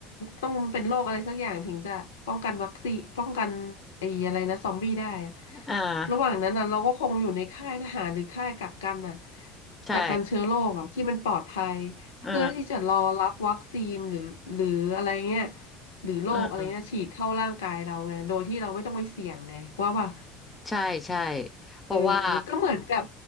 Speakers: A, on the left; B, on the left.
A: ต้องเป็นโรคอะไรสักอย่างถึงจะป้องกันวัคซีนป้องกันไอ้อะไรนะซอมบี้ได้อะ
B: อ่า
A: ระหว่างนั้นอ่ะเราก็คงอยู่ในค่ายทหารหรือค่ายกักกันอ่ะ
B: ใช่
A: กักกันเชื้อโรคอ่ะที่มันปลอดภัยเพื่อที่จะรอรับวัคซีนหรือหรืออะไรเงี้ย
B: เออ
A: หรือโรคอะไรเงี้ยฉีดเข้าร่างกายเราไงโดยที่เราไม่ต้องไปเสี่ยงไงว่าว่า
B: เออใช่ใช่เพราะว่า
A: เออก็เหมือนกับ